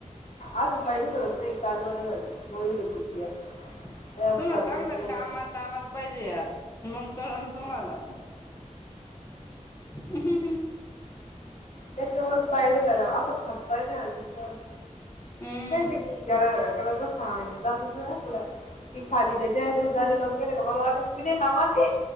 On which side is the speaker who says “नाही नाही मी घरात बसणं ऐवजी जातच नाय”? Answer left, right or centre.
Left